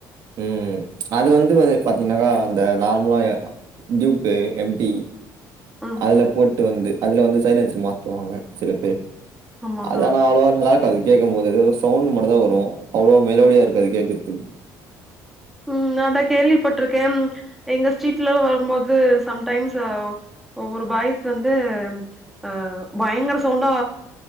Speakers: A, on the right; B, in the centre.
A: ம் அது வந்து வ பாத்தீங்கன்னாக்க அந்த நார்மலா டியூப்பு எம் டி
B: ம்.
A: அதுல போட்டு வந்து அதுல வந்து சைலன்ஸ்சர் மாத்துவாங்க சில பேர்
B: ஆமாங்க.
A: அது ஆனா அவ்ளவா நல்லா இருக்காது கேக்கும்போது எதோ சவுண்டு மட்டு தா வரு அவ்ளோவா மெலோடியா இருக்காது கேக்குறதுக்கு
B: ம் நா அதா கேள்விப்பட்டிருக்கே எங்க ஸ்ட்ரீட்ல எல்லா வரும்போது சம்டைம்ஸ் ஒவ்வொரு பாய்ஸ் வந்து ஆ பயங்கர சவுண்டா